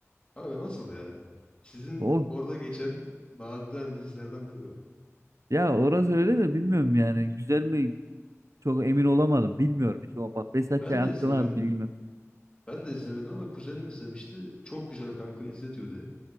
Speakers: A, on the left (about 25°); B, on the right (about 75°).
A: Abi nasıl ya? Sizin
B: O
A: orada geçen nadide hani dizilerden biri o.
B: ya orası öyle de bilmiyorum yani. Güzel mi? Çok emin olamadım. Bilmiyorum hiç. O bak Behzat
A: Ben
B: Ç. hakkında
A: de izlemedim.
B: harbi bilgim yok.
A: Ben de izlemedim ama kuzenim izlemişti. Çok güzel kanka izle diyordu hep.